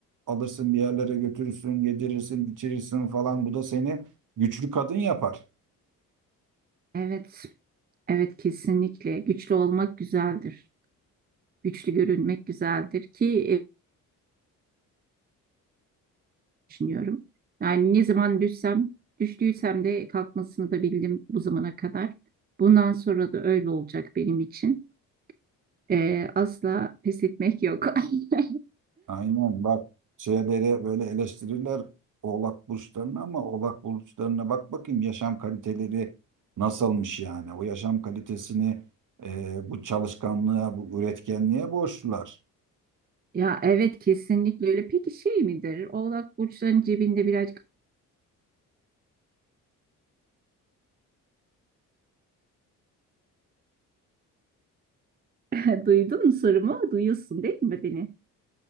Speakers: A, on the right (about 45°); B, on the right (about 20°).
A: alırsın bir yerlere götürürsün yedirirsin içirirsin falan bu da seni güçlü kadın yapar.
B: Evet, evet kesinlikle. Güçlü olmak güzeldir. Güçlü görünmek güzeldir ki e, düşünüyorum. Yani ne zaman düşsem, düştüysem de kalkmasını da bildim bu zamana kadar. Bundan sonra da öyle olacak benim için. Ee, asla pes etmek yok. <laughs>
A: Aynen bak şeyleri böyle eleştirirler oğlak burçlarını ama oğlak burçlarına bak bakayım yaşam kaliteleri nasılmış yani. O yaşam kalitesini e, bu çalışkanlığa, bu üretkenliğe borçlular.
B: Ya evet kesinlikle öyle. Peki şey midir? Oğlak burçların cebinde birazcık <laughs> duydun mu sorumu? Duyuyorsun değil mi beni?